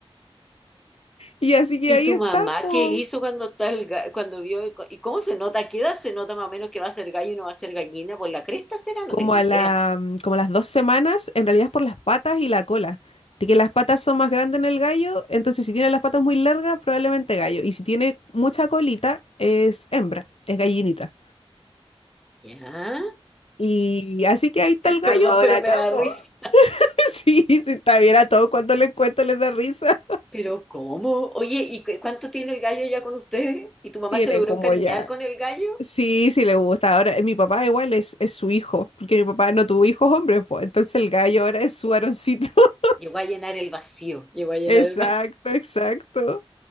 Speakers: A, on the left (about 75°); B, in the centre.
A: Y así que
B: ¿Y
A: ahí
B: tu
A: está,
B: mamá
A: po.
B: qué hizo cuando está el ga- cuando vio el co- y cómo se nota? ¿Qué edad se nota más o menos que va a ser gallo y no va a ser gallina? Pues la cresta será,
A: Como
B: no tengo
A: a
B: idea.
A: la, mm, como a las dos semanas, en realidad es por las patas y la cola. De que las patas son más grandes en el gallo, entonces si tiene las patas muy largas, probablemente gallo. Y si tiene mucha colita, es hembra, es gallinita.
B: Ya,
A: Y así que ahí está el gallo
B: perdón,
A: ahora
B: pero
A: acá,
B: me da
A: po.
B: risa.
A: <laughs> Sí, si está bien a todos cuando les cuento les da risa.
B: Pero ¿cómo? Oye, ¿y cu- cuánto tiene el gallo ya con ustedes? ¿Y tu mamá
A: Tiene
B: se logró
A: como
B: encariñar
A: ya.
B: con el gallo?
A: Sí, sí le gusta. Ahora, eh, mi papá igual es, es su hijo, porque mi papá no tuvo hijos hombres, pues. Entonces el gallo ahora es su varoncito. <laughs>
B: Llegó a llenar el vacío, llegó a llenar
A: Exacto,
B: el vacío.
A: exacto.